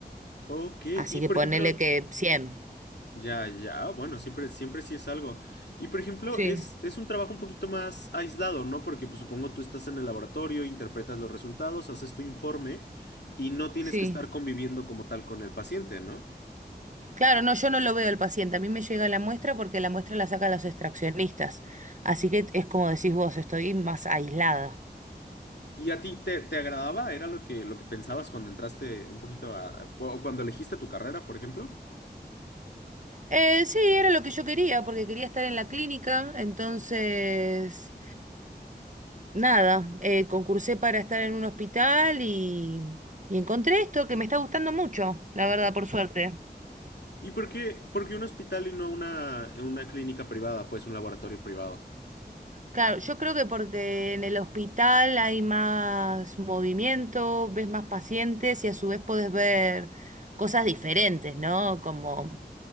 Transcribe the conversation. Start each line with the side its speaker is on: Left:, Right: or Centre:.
Left: Ok, y
Right: Así
Left: por
Right: que
Left: ejemplo,
Right: ponele que cien
Left: ya, ya, ah, bueno, siempre, siempre sí es algo. Y por ejemplo,
Right: Sí,
Left: es, es un trabajo un poquito más aislado, ¿no? Porque pues supongo tú estás en el laboratorio, interpretas los resultados, haces tu informe y no tienes
Right: sí.
Left: que estar conviviendo como tal con el paciente, ¿no?
Right: Claro, no, yo no lo veo el paciente. A mí me llega la muestra porque la muestra la sacan los extraccionistas. Así que es como decís vos, estoy más aislada.
Left: ¿Y a ti te, te agradaba? ¿Era lo que, lo que pensabas cuando entraste un poquito a, a- o cuando elegiste tu carrera, por ejemplo?
Right: Eh, sí, era lo que yo quería, porque quería estar en la clínica, entonces Nada, eh, concursé para estar en un hospital y, y encontré esto que me está gustando mucho, la verdad, por suerte.
Left: ¿Y por qué, por qué un hospital y no una, una clínica privada, pues un laboratorio privado?
Right: Claro, yo creo que porque en el hospital hay más movimiento, ves más pacientes y a su vez podés ver cosas diferentes, ¿no? Como